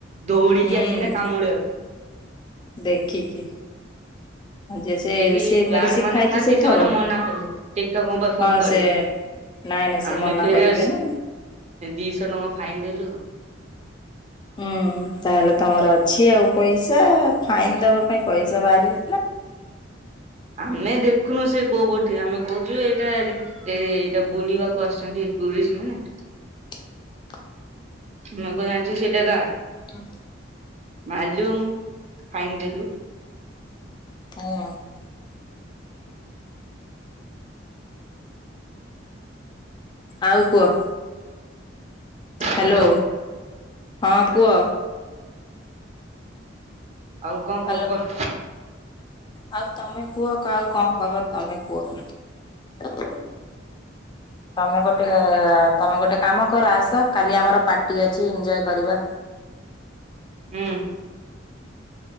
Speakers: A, on the right (about 35°); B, on the left (about 25°).
A: ଦୌଡି଼କି
B: ହୁଁ
A: ଆସିଲା କାମୁଡି଼ବାକୁ।
B: ଦେଖିକି ଯେ ସେ
A: ସେଇଠି
B: ସେ
A: ଗାର୍ଡ
B: ମେଡିସିନ
A: ମାନେ
B: ଖାଇକି
A: ଥାଆନ୍ତି
B: ସେ
A: ସେମାନେ
B: ଥବ
A: ମନା କଲେ ଟେକା କଣ ପାଇଁ ଫୋପାଡୁ଼
B: ହଁ ସେ ନାଇଁ ନାଇଁ ସେ
A: ଆମେ
B: ମନା
A: ଫେରେ
B: କରିବେ ନା
A: ଦିଶହ ଟଙ୍କା ଫାଇନ୍ ଦେଲୁ।
B: ହୁଁ ତାହେଲେ ତମର ଅଛି ଆଉ ପଇସା ଫାଇନ୍ ଦବା ପାଇଁ ପଇସା ବାହାରି
A: ଆମେ ଦେ ଦେଖୁନୁ ସିଏ କୋଉ <unintelligible> ଆମେ କହୁଛୁ ଏଇଟା ଏଇଟା ବୁଲିବାକୁ ଆସିଛନ୍ତି ଟୁରିଷ୍ଟ୍ ମାନେ
B: <inaudible>
A: ମୁଁ କଣ ଜାଣିଛି ସେଇଟା <unintelligible>
B: ହ
A: <unintelligible> ଫାଇନ୍ ଦେଲୁ।
B: ହଁ। ଆଉ କୁହ। ହ୍ୟାଲୋ
A: ହାଲୋ
B: ହଁ କୁହ।
A: ଆଉ କଣ
B: ହ୍ୟାଲୋ
A: ଖବର?
B: ଆଉ ତମେ କୁହ ଆଉ କଣ ଖବର ତମେ କୁହ? ହ ତମେ ଗୋଟେ ତମେ ଗୋଟେ କାମ କର ଆସ କାଲି ଆମର ପାର୍ଟି ଅଛି ଏଞ୍ଜୟ୍ କରିବା। ହ
A: ହୁଁ।